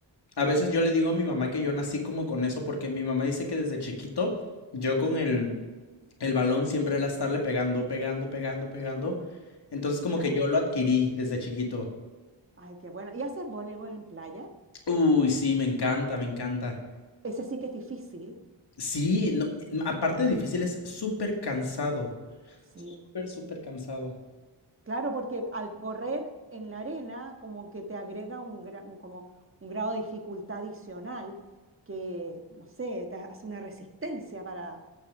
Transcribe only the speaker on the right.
Claro.
Ay, qué bueno. ¿Y haces voleibol en playa?
Ese sí que es difícil.
Sí,
claro, porque al correr en la arena como que te agrega un, gra- un- como un grado de dificultad adicional que, no sé, te hace una resistencia para,